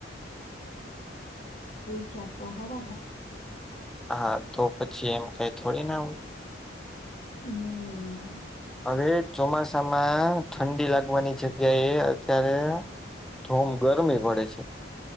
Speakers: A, on the left (about 45°); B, in the centre.
A: વીચાર તો હારા હે.
B: હા તો પછી એમ કાઈ થોડી ના આવું
A: હમ્મ્મ.
B: હવે ચોમાસામાં ઠંડી લાગવાની જગ્યાએ અત્યારે થોમ ગરમી પડે છે.